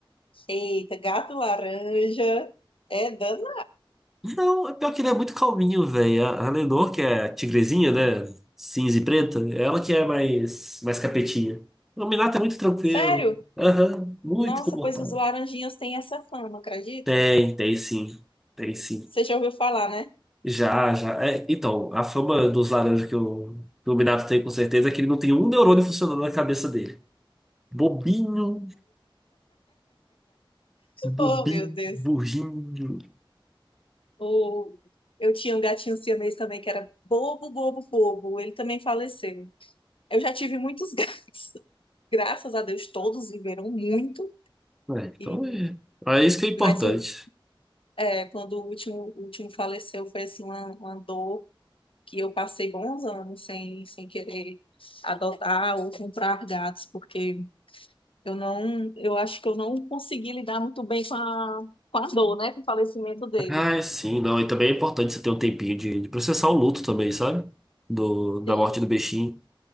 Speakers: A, on the left; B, in the centre.
A: eita, gato laranja. É dano.
B: Não, é pior que ele é muito calminho, velho. A, a Lenor, que é a tigrezinha, né? Cinza e preta, é ela que é mais, mais capetinha. O Minato é muito tranquilo.
A: Sério?
B: Aham. Muito
A: Nossa,
B: comportado.
A: pois os laranjinhas têm essa fama, acredita?
B: Tem, tem sim. Tem sim.
A: Você já ouviu falar, né?
B: Já, já. É, então, a fama dos laranjas que o, que o Minato tem com certeza é que ele não tem um neurônio funcionando na cabeça dele. Bobinho, bobinho,
A: Oh, meu Deus.
B: burrinho.
A: O... Eu tinha um gatinho siamês também que era bobo, bobo, bobo. Ele também faleceu. Eu já tive muitos gatos, <laughs> graças a Deus, todos viveram muito.
B: É, então
A: E...
B: é. É isso que é importante.
A: Mas o... é, quando o último, o último faleceu, foi assim, uma, uma dor que eu passei bons anos sem, sem querer adotar ou comprar gatos, porque eu não, eu acho que eu não consegui lidar muito bem com a, com a dor, né, com o falecimento dele.
B: Ah, sim, não. E também é importante você ter um tempinho de, de processar o luto também, sabe? Do, da
A: Tem,
B: morte do bichinho.